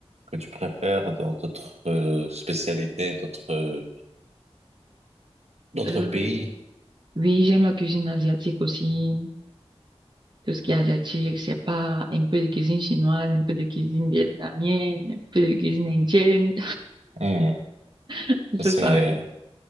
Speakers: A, on the right; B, on the right.
A: que tu préfères dans d'autres euh, spécialités, d'autres d'autres
B: euh,
A: pays.
B: oui, j'aime la cuisine asiatique aussi. Tout ce qui est asiatique, c'est pas un peu de cuisine chinoise, un peu de cuisine vietnamienne, un peu de cuisine indienne.
A: Hmm.
B: <laughs>
A: C'est
B: C'est ça, oui.